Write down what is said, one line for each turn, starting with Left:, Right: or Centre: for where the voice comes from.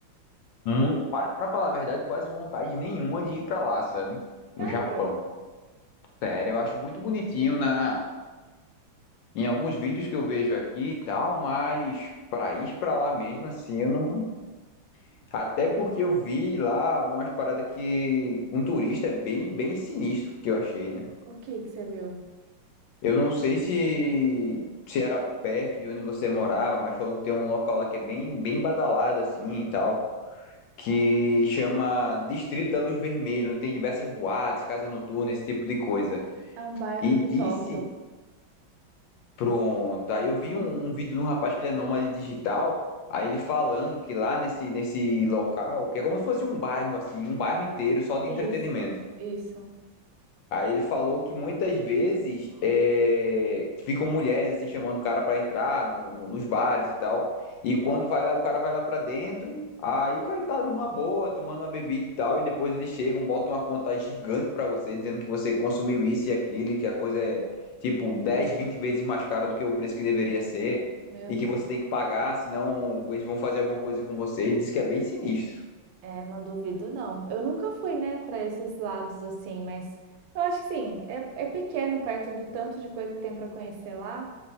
Left: muito, para falar a verdade, quase vontade nenhuma de ir pra lá, sabe?
Right: Sério?
Left: O Japão. Sério, eu acho muito bonitinho na em alguns vídeos que eu vejo aqui e tal, mas pra ir pra lá mesmo assim, eu não até porque eu vi lá umas paradas que com turista é bem bem sinistro que eu achei, né?
Right: O que que você viu?
Left: Eu não sei se, se era perto de onde você morava, mas falou que tem um local lá que é bem, bem badalado assim e tal, que chama Distrito da Luz Vermelha, onde tem diversas boates, casa noturna, esse tipo de coisa.
Right: É um bairro
Left: E disse,
Right: de Tóquio.
Left: pronto, aí eu vi
Right: Uhum.
Left: um, um vídeo de um rapaz que ele é nômade digital, aí ele falando que lá nesse, nesse local, que é como se fosse um bairro assim, um bairro inteiro só de entretenimento.
Right: Isso, isso.
Left: Aí ele falou que muitas vezes é, ficam mulheres assim chamando o cara pra entrar no- no- nos bares e tal. E quando vai lá, o cara vai lá pra dentro, aí o cara tá numa boa, tomando uma bebida e tal, e depois eles chegam, botam uma conta gigante pra você, dizendo que você consumiu isso e aquilo, e que a coisa é tipo 10, 20 vezes mais cara do que o preço que deveria ser,
Right: Meu
Left: e
Right: Deus.
Left: que você tem que pagar, senão eles vão fazer alguma coisa com você. Ele disse que é bem sinistro.
Right: É, não duvido, não. Eu nunca fui, né, para esses lados assim, mas eu acho que sim, é, é pequeno perto do tanto de coisa que tem para conhecer lá.